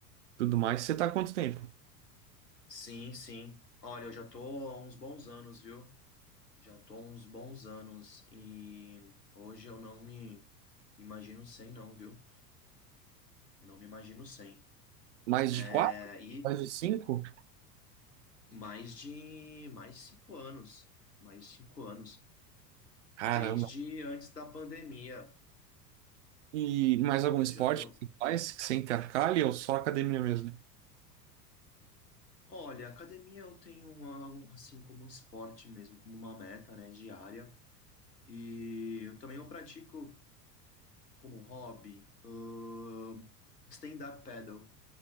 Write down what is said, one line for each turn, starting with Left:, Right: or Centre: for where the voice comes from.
Right: tudo mais. Você tá há quanto tempo?
Left: Sim, sim. Olha, eu já tô há uns bons anos, viu? Já tô há uns bons anos e hoje eu não me imagino sem, não, viu? Não me imagino sem.
Right: Mais
Left: É,
Right: de quatro?
Left: e
Right: Mais de cinco?
Left: Mais de mais de cinco anos, mais de cinco anos,
Right: Caramba.
Left: desde antes da pandemia.
Right: E mais algum esporte
Left: Eu já tô.
Right: que você faz que você intercalha ou só academia mesmo?
Left: Olha, academia eu tenho uma, assim como esporte mesmo, como uma meta, né, diária. E eu também eu pratico como hobby, ahn, stand-up paddle.